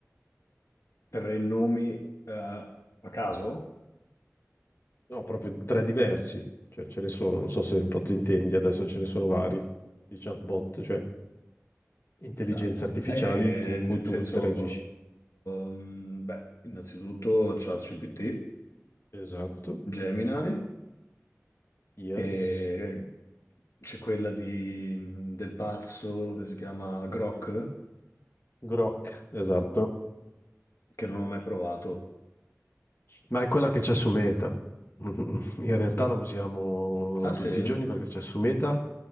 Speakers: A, on the left; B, on the left.
A: tre nomi eh, a caso?
B: No, proprio tre diversi. Cioè, ce ne sono, non so se un po' ti intendi, adesso ce ne sono vari di chatbot, cioè intelligenze
A: No.
B: artificiali
A: Eh,
B: con
A: eh, nel
B: cui tu
A: senso,
B: interagisci.
A: ehm, beh, innanzitutto ChatGPT,
B: Esatto.
A: Gemini,
B: Yes.
A: e c'è quella di, del pazzo che si chiama Grok,
B: Grok, esatto.
A: che non ho mai provato.
B: Ma è quella che c'è su Meta. Mm, In realtà la usiamo
A: Ah
B: tutti
A: sì?
B: i giorni perché c'è su Meta,